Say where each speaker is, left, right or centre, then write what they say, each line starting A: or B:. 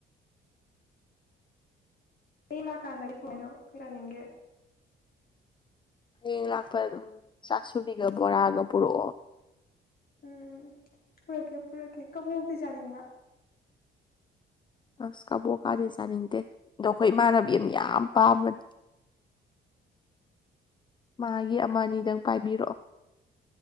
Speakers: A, on the left (about 50°); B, on the left (about 25°).
A: ꯍꯌꯦꯡ ꯂꯥꯛꯀꯥꯟꯗ ꯀꯔꯤ ꯄꯨꯔꯛꯑꯣ ꯍꯥꯏꯅꯣ ꯀꯔꯤꯆꯥꯅꯤꯡꯒꯦ
B: ꯍꯌꯦꯡ ꯂꯥꯛꯄ ꯑꯗꯨꯝ ꯆꯥꯁꯨꯕꯤꯒ ꯕꯣꯔꯥꯒ ꯄꯨꯔꯛꯑꯣ
A: ꯎꯝ ꯄꯨꯔꯛꯀꯦ ꯄꯨꯔꯛꯀꯦ ꯀꯕꯣꯛꯇꯤ ꯆꯥꯅꯤꯡꯕ꯭ꯔꯥ
B: ꯑꯁ ꯀꯥꯕꯣꯛ ꯀꯥꯗꯤ ꯆꯥꯅꯤꯡꯗꯦ ꯑꯗꯣ ꯑꯩꯈꯣꯏ ꯏꯃꯥꯟꯅꯕꯤ ꯑꯃꯅ ꯌꯥꯝ ꯄꯥꯝꯕꯅꯤ ꯃꯥꯒꯤ ꯑꯃꯅꯤ ꯑꯅꯤꯗꯪ ꯄꯥꯏꯕꯤꯔꯛꯑꯣ